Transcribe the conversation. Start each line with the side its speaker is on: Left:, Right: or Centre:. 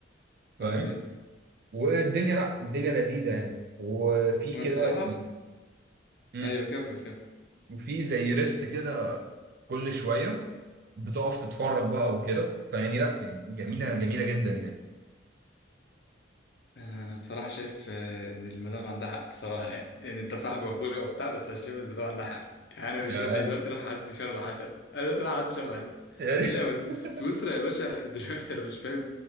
Right: فاهم
Left: حرفيا
Right: والدنيا لا الدنيا لذيذه يعني وفي
Left: انا
Right: كده
Left: بصراحه
Right: يعني- مم.
Left: ايوه كمل كمل
Right: وفي زي ريست كده كل شويه بتقف تتفرج بقى وكده فيعني لا يعني جميله جميله جدا يعني
Left: انا بصراحه شايف آه، ان المدام عندها حق الصراحه يعني يعني انت صاحبي واخويا وبتاع بس انا شايف ان المدام عندها حق يعني انا
Right: ده-
Left: مش بقى أنا دلوقتي رايح اعدي شهر العسل انا دلوقتي رايح اعدي شهر العسل
Right: <laughs>
Left: ايه لا مد- سو- سويسرا يا باشا <laughs> دلوقتي انا مش فاهم